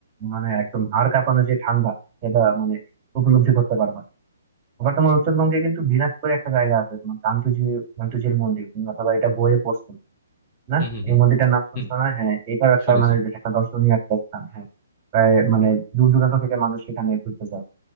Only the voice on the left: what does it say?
হুম হুম
হুম
হুম।
শুনেছি